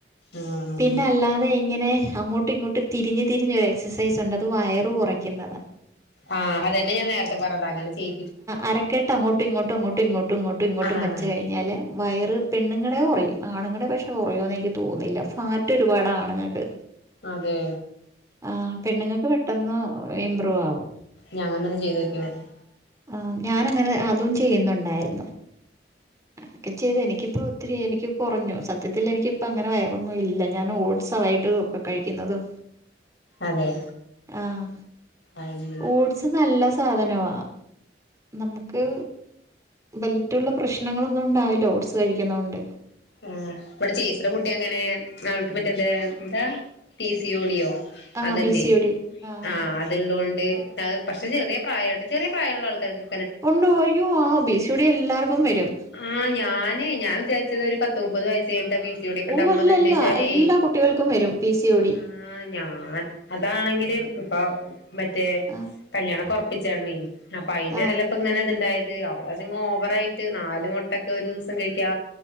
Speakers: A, on the left (about 75°); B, on the right (about 20°).
A: ആഹ്
B: പിന്നെ അല്ലാ തെ ഇങ്ങനെ അങ്ങോട്ടും ഇങ്ങോട്ട് തിരിഞ്ഞ് തിരിഞ്ഞൊരു എക്സസൈസ് ഒണ്ട് അത് വയറ് കൊറയ്ക്കുന്നതാ
A: ആഹ് അതന്നെ ഞാൻ നേരത്തെ പറഞ്ഞത് അങ്ങനെ ചെയ്
B: അരക്കേട്ട് അങ്ങോട്ടും ഇങ്ങോട്ടും അങ്ങോട്ടും ഇങ്ങോട്ടും ഇങ്ങോട്ടും ഇങ്ങട്ടും
A: ആഹ്
B: വെച്ച് കഴിഞ്ഞാല് വയറ് പെണ്ണുങ്ങടെ കൊറയും ആണുങ്ങടെ പക്ഷെ കൊറയുമെന്ന് എനിക്ക് തോന്നുന്നില്ല ഫാറ്റ് ഒരുപാടാ ആണുങ്ങക്ക്
A: അതെ
B: ആഹ് പെണ്ണുങ്ങക്ക് പെട്ടന്ന് ഇംമ്പ്രൂവ് ആവും
A: ഞാനൊന്ന് ചെയ്തോക്കിയോട്ടെ
B: ആഹ് ഞാനങ്ങനെ അതും ചെയ്യുന്നൊണ്ടാരുന്നു ഒക്കെ ചെയ്ത് എനിക്കിപ്പോ ഒത്തിരി എനിക്ക് കൊറഞ്ഞു സത്യത്തിൽ എനിക്കിപ്പം അങ്ങനെ വയറൊന്നും ഇല്ല ഞാൻ ഓട്സ്സാ വൈയിട്ട് കഴിക്കുന്നതും
A: അതെ
B: ആഹ്
A: അത് ശരി
B: ഓട്സ് നല്ല സാധനവാ നമുക്ക് ബെൽറ്റുള്ള പ്രശ്നങ്ങളൊന്നും ഒണ്ടാവില്ല ഓട്സ് കഴിക്കുന്നക്കൊണ്ട്
A: ആഹ് ഇവിടെ ചേച്ചിടെ കുട്ടി അങ്ങനെ അവൾക്ക് മറ്റെന്ത എന്താ പി സി ഒ ടിയോ
B: ആ
A: അത്ണ്ടെ
B: ബി സി ഒ ഡി ആ
A: ആഹ്
B: ആ ആ
A: അ തുള്ളൊണ്ട് അത് പക്ഷെ ചെറിയ പ്രായാ ട്ടൊ ചെറിയ പ്രായമുള്ള ആൾക്കാർക്കെ
B: ഉണ്ട് അയ്യോ ആഹ് പി സി ഒ ടി എല്ലാവർക്കും വരും
A: ആ ഞാനേ ഞാൻ വിചാരിച്ചത് ഒരു പത്ത് മുപ്പത് വയസ്സ് കഴിഞ്ഞിട്ടാ പി സി ഡി ഒക്കെ
B: ഓ
A: ഉണ്ടാവുള്ളൂന്ന്
B: അല്ലല്ല
A: എന്റെ വിചാരേ
B: എല്ലാ കുട്ടികൾക്കും വരും പി സി ഓ ടി
A: ആഹ് ഞാൻ അതാണെങ്കിലെ ഇപ്പൊ മറ്റേ
B: ആ
A: കല്യാണക്കൊറ പ്പിച്ചാണെ അപ്പം അതിന്റെ
B: ആ
A: ഇടയില ഇപ്പൊ ഇങ്ങനെ അത്ണ്ടായത് അവളതങ് ഓവറായിട്ട് നാല് മുട്ടക്കെ ഒരു ദിവസം കഴിക്കാ